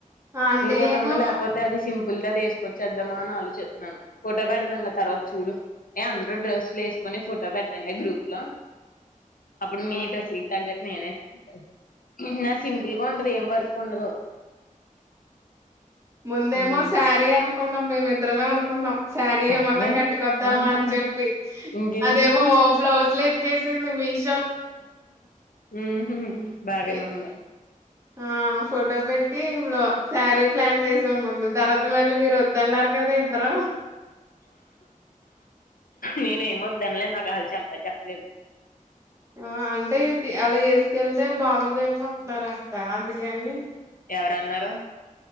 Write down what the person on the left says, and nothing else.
ఇంకోటుందిలే
లేకపోతే అది చిం పుల్ దాది ఏసుకొచ్చేద్దామా అని ఆలోచిత్తున్నాను ఫోటో పెడతాం లే తర్వాత చూడు ఏ అందురూ డ్రెస్సుల్లు ఎస్ కొన్ని ఫోటో పెటన్లే గ్రూప్ లో అప్పుడు మీ
డ్రెస్ఇయ్యి తగ్గట్టు <unintelligible> హ్మ్ హు నాది సింపుల్ గా ఉంటది ఏం వర్క్ ఉండదు.
ఉమ్
బాబోయ్
ఆహా
ఇంకెందుకు
హ్మ్ హు బాగానే
ఉంది
నేనేమోద్దన్లేదు నాకు అళ్ చెప్ప చెప్పలేదు.
ఎవరన్నరు